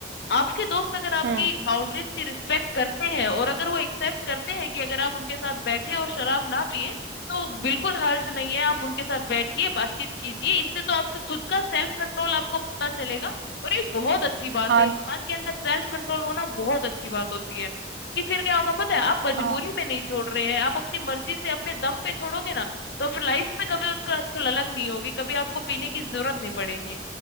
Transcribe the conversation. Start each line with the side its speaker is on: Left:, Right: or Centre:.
Left: आपके दोस्त अगर आपकी
Right: हम्म
Left: बाउंड्रीज की रिस्पेक्ट करते हैं और अगर वो एक्सेप्ट करते हैं कि अगर आप उनके साथ बैठे और शराब ना पिए तो बिल्कुल हर्ज नहीं है आप उनके साथ बैठिए बातचीत कीजिए इससे तो आपके खुद का सेल्फ कंट्रोल आपको पता चलेगा और ये बहुत अच्छी बात
Right: हाँ
Left: है इंसान के अंदर सेल्फ कंट्रोल होना बहुत अच्छी बात होती है कि फिर क्या होगा पता है आप मजबूरी
Right: हाँ
Left: में नहीं छोड़ रहे
Right: हम्म,
Left: हैं आप अपनी मर्जी से अपने दम पे छोड़ोगे ना तो आप लाइफ में कभी उसका आपको ललक नहीं होगी कभी आपको पीने की जरूरत नहीं पड़ेगी